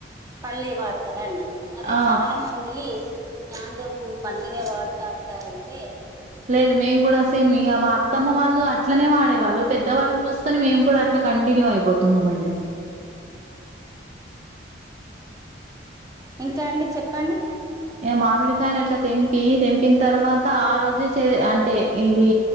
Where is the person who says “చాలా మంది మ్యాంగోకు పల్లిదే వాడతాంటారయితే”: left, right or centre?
Right